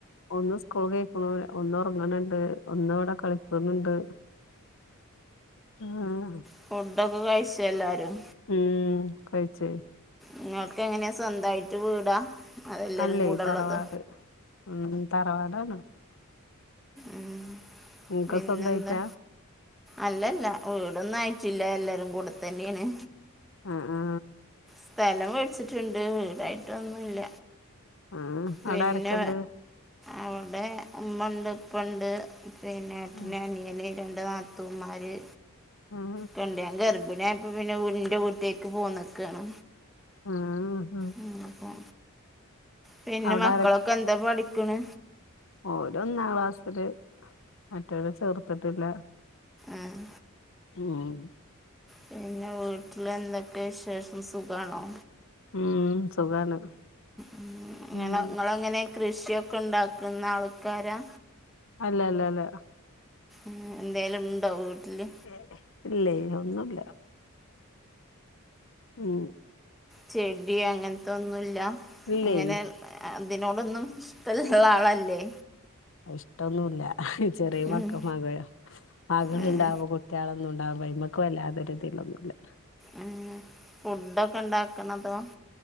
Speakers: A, on the left; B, in the centre.
A: ഒന്ന് സ്കൂൾക്ക് പോയിക്കണ് ഒന്ന് ഉറങ്ങണണ്ട് ഒന്ന് ഇവിടെ കളിക്കുന്നുണ്ട് ആആ അ
B: ഫുഡൊക്കെ കഴിച്ച എല്ലാരും
A: ഉം കഴിച്ചു
B: നിങ്ങൾക്ക് എങ്ങനെയാ സ്വന്തമായിട്ട് വീടാ അതെല്ലാരും
A: അല്ലേ
B: കൂടെ
A: തറവാട്
B: ഉള്ളത്
A: ഉം തറവാടാണ്
B: ഉം
A: ഇങ്ങക്ക്
B: പിന്നെന്താ
A: സ്വന്തായിട്ടാ
B: അല്ലല്ല വീടൊന്നും ആയിട്ടില്ല എല്ലാരും കൂടെത്തന്നെയാണ്
A: ആ ആ
B: സ്ഥലം മേടിച്ചിട്ടുണ്ട് വീടായിട്ടൊന്നുമില്ല
A: ആഹ്
B: പിന്നെ
A: അവിടെ ആരൊക്കെണ്ട്
B: അവിടെ ഉമ്മണ്ട് ഉപ്പുണ്ട് പിന്നെ ഏട്ടന്
A: ഉം
B: അനിയന് രണ്ട് നാത്തൂന്മാര്
A: ഉം
B: ഞാ <unintelligible> ൻ ഗർഭിണിയപ്പ പിന്നെ എന്റെ വീട്ടേക്ക് പോന്നക്കാണ്
A: ഉം ഉം
B: ഉ പിന്നെ
A: അവിടെ
B: <unintelligible> മക്കളൊക്കെ എന്താ പഠിക്കണ്
A: ഓര് ഒന്നാം ക്ലാസില് മറ്റൊരെ ചേർത്തിട്ടില്ല
B: ആഹ്
A: ഉം
B: പിന്നെ വീട്ടില് എന്തൊക്കെയ വിശേഷം സുഖണോ
A: ഉം സുഖാണ്
B: ഉം
A: ഉം
B: നിങ്ങളെങ്ങനെ കൃഷിയൊക്കെ ഉണ്ടാക്കുന്ന ആൾക്കാരാ
A: അല്ല അല്ല അല്ല
B: ഉം എന്തേലുണ്ടോ വീട്ടില്
A: ഏയ്‌ ഇല്ലയ് ഒന്നൂല്ല ഉം
B: ചെടി അങ്ങനത്തൊന്നൂല്ല
A: ഇല്ലേ
B: അങ്ങനെ അതിനോടൊന്നും <unintelligible> ആളല്ലേ
A: ഇഷ്ടൊന്നൂല്ല ചെറിയ മക്കള്ളാ
B: ഉം
A: <unintelligible> മകളുണ്ടാവുമ്പോ
B: ഉം
A: കുട്യളൊന്നുണ്ടാവുമ്പോ ആയിമക്ക് വല്ലാത ഒരു <unintelligible>
B: ഉം ഫുഡൊക്കെണ്ടാക്കണതോ